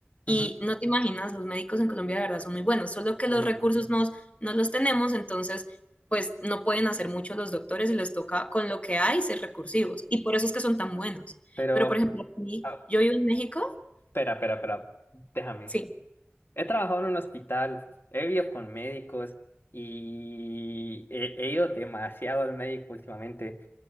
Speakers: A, on the left; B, on the left.
A: y
B: Ujú.
A: no te imaginas, los médicos en Colombia de verdad son muy buenos, solo que
B: Uy,
A: los recursos no, no los tenemos, entonces pues no pueden hacer mucho los doctores y les toca con lo que hay ser recursivos y por eso es que son tan buenos.
B: Pero,
A: Pero, por ejemplo, aquí,
B: ah,
A: yo vivo en México,
B: espera, espera, espera. Déjame.
A: sí,
B: He trabajado en un hospital, he vivido con médicos y he, he ido demasiado al médico últimamente.